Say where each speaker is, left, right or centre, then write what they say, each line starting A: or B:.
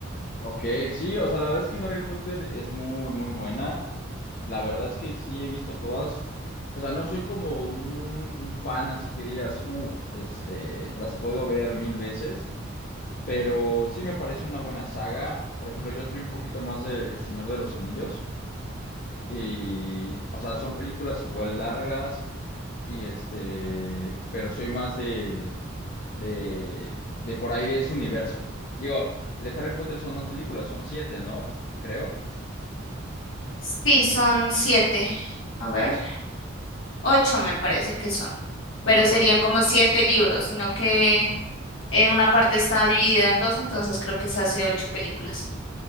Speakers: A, on the left (about 45°); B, on the left (about 75°).
A: Ok, sí, o sea, la verdad es que Harry Potter es muy, muy buena. La verdad es que sí he visto todas. O sea, no soy como un, un fan, así que digas, uff, este, las puedo ver mil veces. Pero sí me parece una buena saga. Por ejemplo, yo soy un poquito más de El Señor de los Anillos. Y, o sea, son películas igual largas. Y este, pero soy más de, de, de por ahí de ese universo. Digo, de Harry Potter son más películas, son siete, ¿no? Creo.
B: Sí, son siete. A ver. Ocho me parece que son,
A: Bueno,
B: pero serían
A: con las,
B: como siete libros, sino que eh, una parte está dividida en dos, entonces creo que se hace ocho películas.